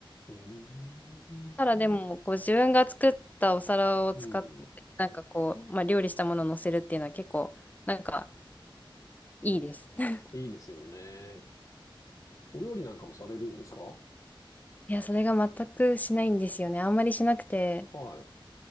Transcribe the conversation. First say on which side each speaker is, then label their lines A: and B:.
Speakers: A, on the left (about 40°); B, on the left (about 20°).
A: うーん。
B: ただでも、こう、自分が作ったお皿を使って、
A: うん。
B: なんかこう、まあ、料理したものを乗せるっていうのは結構、なんか、いいです。<laughs>
A: いいですよね。お料理なんかもされるんですか
B: いや、それが全くしないんですよね。あんまりしなくて、
A: はい。